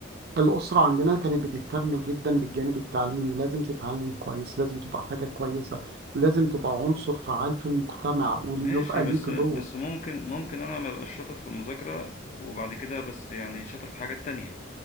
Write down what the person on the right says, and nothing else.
الاسره عندنا كانت بتهتم جدا بالجانب التعليمي لازم تتعلم كويس لازم تبقى حاجه كويسه لازم تبقى عنصر فعال في المجتمع وليبقى
ليك
دور